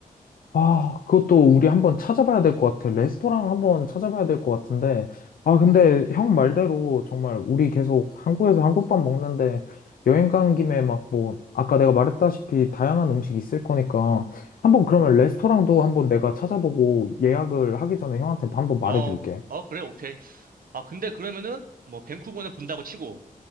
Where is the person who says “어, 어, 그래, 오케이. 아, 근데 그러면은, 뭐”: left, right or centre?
Right